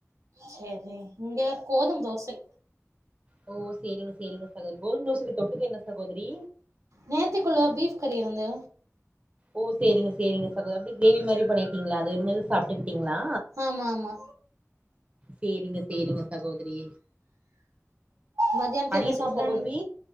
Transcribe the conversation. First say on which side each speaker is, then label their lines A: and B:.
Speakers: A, on the right; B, on the right.
A: சரி இங்க கோதும தோசை
B: ஓ சேரிங்க சேரிங்க சகோதரி கோதும தோசைக்கு தொட்டுக்க என்ன சாகோதரி
A: நேத்துக்குள்ள பீஃப் கறி இருந்து
B: ஓ சேரிங்க சேரிங்க சகோதரி அப்டி கிரேவி மாரி பண்ணிடீங்ளா அது இருந்தது சாப் ட்டீங்களா
A: ஆமா ஆமா
B: சேரிங்க சேரிங்க சகோதரி
A: மத்தியானத்து
B: மதியத்துக்கு
A: என்ன சாப்டலான்
B: சகோதரி